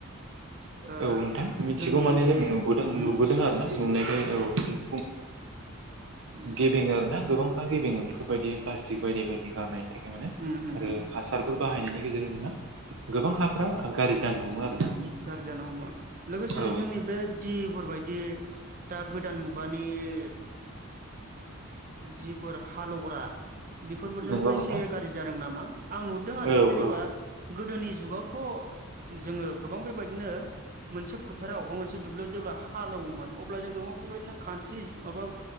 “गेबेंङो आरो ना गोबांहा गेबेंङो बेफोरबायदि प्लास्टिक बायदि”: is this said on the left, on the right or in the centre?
Right